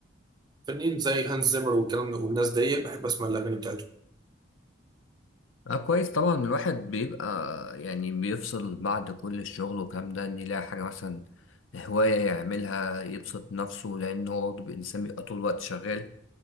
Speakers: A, on the right; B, on the left.
A: فنانين زي هانز زيمر والكلام ده والناس دي بحب اسمع الاغاني بتاعتهم
B: اه كويس طبعا الواحد بيبقى يعني بيفصل بعد كل الشغل والكلام ده ان يلاقي حاجة مثلا هواية يعملها يبسط نفسه لأنه هو برضه إنسان بيبقى طول الوقت شغال